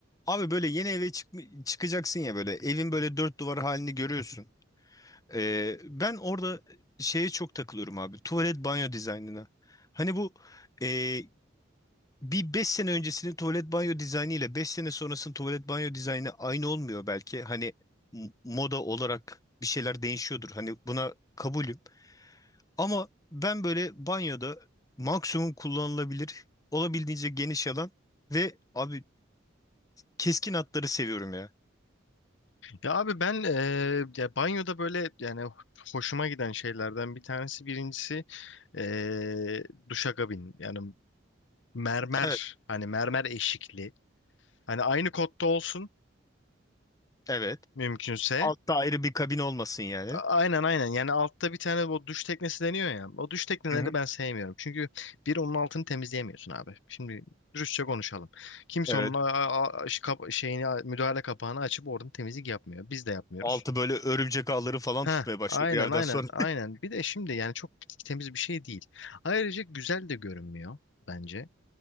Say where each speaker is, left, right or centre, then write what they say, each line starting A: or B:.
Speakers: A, on the left; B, on the left.
A: Abi böyle yeni eve çık çıkacaksın ya böyle evin böyle dört duvar halini görüyorsun. Ee, ben orada şeye çok takılıyorum abi tuvalet banyo dizaynına. Hani bu e, bir 5 sene öncesinin tuvalet banyo dizaynı ile 5 sene sonrasının tuvalet banyo dizaynı aynı olmuyor belki. Hani m- moda olarak bir şeyler değişiyordur. Hani buna kabulüm. Ama ben böyle banyoda maksimum kullanılabilir olabildiğince geniş alan ve abi keskin hatları seviyorum ya.
B: Ya abi ben eee, ya banyoda böyle yani hoşuma giden şeylerden bir tanesi birincisi eee duşakabin yani mermer
A: Evet.
B: hani mermer eşikli hani aynı kotta olsun
A: Evet.
B: mümkünse
A: Altta ayrı bir kabin olmasın yani.
B: A- aynen aynen yani altta bir tane bu duş teknesi deniyor ya o duş tekneleri
A: Hı hı.
B: ben sevmiyorum çünkü bir onun altını temizleyemiyorsun abi şimdi dürüstçe konuşalım kimse
A: Evet.
B: onun a- a- a- ş- kap- şeyini müdahale kapağını açıp oradan temizlik yapmıyor biz de yapmıyoruz.
A: Altı böyle örümcek ağları falan
B: Ha,
A: tutmaya başlıyor
B: aynen
A: bir yerden
B: aynen
A: sonra.
B: aynen. Bir de şimdi yani çok temiz bir şey değil. Ayrıca güzel de görünmüyor bence.